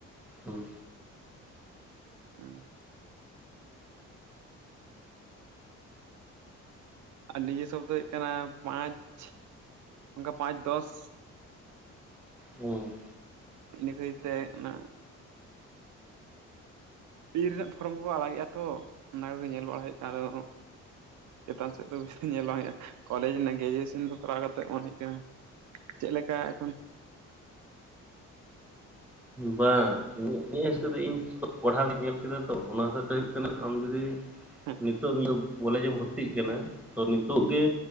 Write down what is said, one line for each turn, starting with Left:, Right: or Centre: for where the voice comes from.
Centre: ᱦᱩᱸ᱾
Right: <inaudible> ᱟᱨ ᱱᱤᱡᱮᱹ ᱥᱚᱵ ᱫᱚ ᱦᱩᱭᱩᱜ ᱠᱟᱱᱟ, ᱯᱟᱸᱪ ᱚᱱᱠᱟ ᱯᱟᱸᱪ ᱫᱚᱥ᱾
Centre: ᱦᱩᱸ
Right: ᱤᱱᱟᱹ ᱠᱷᱟᱹᱛᱤᱨ ᱛᱮ ᱚᱱᱟ <unintelligible> ᱨᱮᱱᱟᱜ ᱯᱷᱚᱨᱚᱢ ᱠᱚᱠᱚ ᱟᱲᱟᱜᱮᱜᱼᱟ ᱛᱚ ᱚᱱᱟ ᱠᱚᱜᱮ ᱧᱮᱞ ᱵᱟᱲᱟ ᱦᱩᱭᱩᱜ ᱟᱫᱚ ᱪᱮᱛᱟᱱ ᱥᱮᱫ ᱫᱚ ᱧᱮᱞ ᱵᱟᱝ ᱦᱩᱭᱩᱜᱼᱟ ᱠᱚᱞᱮᱡᱽ ᱨᱮᱱᱟᱜ ᱜᱮᱡᱩᱭᱮᱥᱚᱱ ᱠᱚ ᱠᱚᱨᱟᱣ ᱠᱟᱛᱮ ᱢᱚᱱᱮ <unintelligible> ᱠᱟᱱᱟ ᱪᱮᱜ ᱞᱮᱠᱟ ᱮᱠᱷᱚᱱ
Centre: ᱵᱟᱝ ᱤᱧᱟᱹᱜ ᱦᱤᱥᱟᱹᱵᱽ ᱛᱮ ᱫᱚ ᱤᱧ ᱯᱚᱲᱦᱟᱣ ᱜᱤᱧ ᱧᱮᱞ ᱠᱮᱫᱟ ᱛᱚ ᱚᱱᱟ ᱦᱚᱛᱮ ᱛᱮ ᱦᱩᱭᱩᱜ ᱠᱟᱱᱟ ᱟᱢ ᱡᱩᱫᱤ
Right: ᱦᱮᱸ
Centre: ᱱᱤᱛᱚᱜ ᱠᱚᱞᱮᱡᱽ ᱮᱢ ᱵᱷᱚᱨᱛᱤᱜ ᱠᱟᱱᱟᱭ ᱛᱚ ᱱᱤᱛᱚᱜ ᱜᱮ